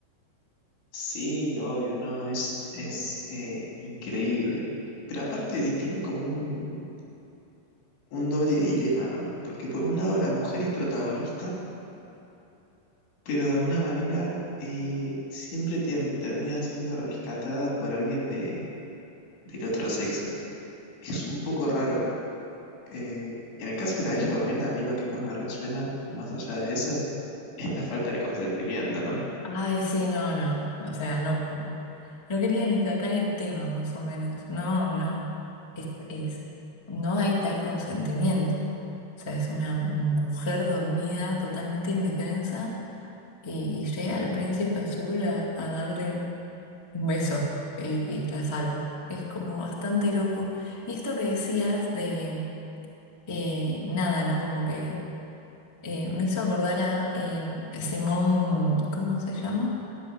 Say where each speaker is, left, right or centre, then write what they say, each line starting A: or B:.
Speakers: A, on the left (about 85°); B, on the left (about 20°).
A: Sí, obvio, no, es, es eh, increíble. Pero aparte di- tiene como un, un doble dilema, ¿no? Porque por un lado la mujer es protagonista, pero de alguna manera eh, siempre tien- termina siendo rescatada por alguien de, del otro sexo. Es un poco raro. Eh, en el caso de la Bella Durmiente, a mí lo que más me resuena, más allá de eso, es la falta de consentimiento, ¿no?
B: Ay, sí, no, no. O sea, no, no quería ni sacar el tema, más o menos. No, no. Es, es- no hay tal consentimiento. O sea, es una mujer dormida, totalmente indefensa y, y llega el príncipe azul a, a darle un beso y, y la salva. Es como bastante loco. Y esto que decías de eh, nada, ¿no? Como que eh, me hizo acordar a eh, Simón, ¿cómo se llama?